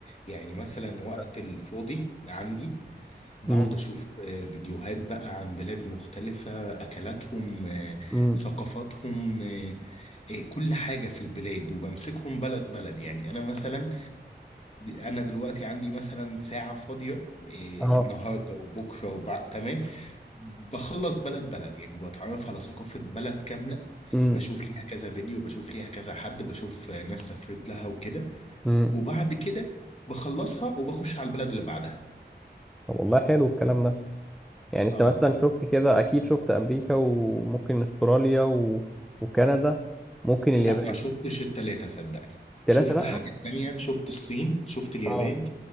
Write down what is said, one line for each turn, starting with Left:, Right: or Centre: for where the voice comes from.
Left: يعني مثلا وقت
Centre: ده.
Left: الفاضي عندي بقعد
Centre: امم
Left: أشوف آه، فيديوهات بقى عن بلاد مختلفة أكلاتهم آه،
Centre: امم
Left: ثقافاتهم آه، آه، كل حاجة في البلاد وبمسكهم بلد بلد يعني أنا مثلا أنا دلوقتي عندي مثلا ساعة فاضية آه،
Centre: اه
Left: النهاردة وبكرة وبعد تمام بخلص بلد بلد يعني بتعرف على ثقافة بلد كاملة
Centre: امم
Left: بشوف ليها كذا فيديو بشوف ليها كذا حد بشوف آه، ناس سافرت لها وكده
Centre: امم
Left: وبعد كده بخلصها وبخش على البلد اللي بعدها
Centre: طب والله حلو الكلام ده يعني أنت
Left: اه
Centre: مثلا شفت كده أكيد شفت أمريكا وممكن أستراليا و... وكندا ممكن اليابان
Left: لا ما شفتش التلاتة صدقني
Centre: تلاتة
Left: شفت
Centre: لأ؟
Left: حاجات تانية شفت الصين شفت اليابان
Centre: اه